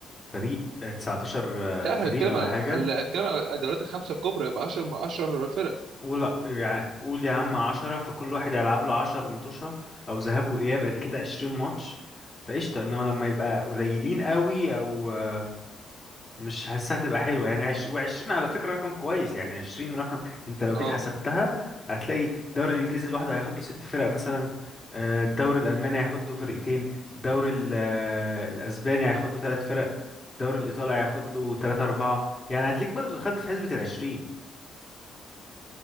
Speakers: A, on the left; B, on the right.
A: فريق آه، 19 آه،
B: لا
A: فريق
B: احنا بنتكلم
A: ولا
B: على
A: حاجة
B: على- بنتكلم على الدوريات الخمسه الكبرى يبقى 10 من 10 فرق
A: قول يعني قول يا عم عشرة فكل واحد هيلعب له عشر متوشة أو ذهاب وإياب أدي كده عشرين ماتش فقشطة إنما لما يبقى قليلين قوي أو آه، مش حاسسها هتبقى حلوة يعني عش... وعشرين على فكرة رقم كويس يعني عشرين رقم أنت لو
B: اه
A: جيت حسبتها هتلاقي الدوري الإنجليزي لوحده هياخد له ست فرق مثلا آه، الدوري الألماني هياخد له فرقتين الدوري ال- آه، الأسباني هياخد له ثلاث فرق الدوري الإيطالي هياخد له تلاتة أربعة يعني هتلاقيك برضو دخلت في حسبة العشرين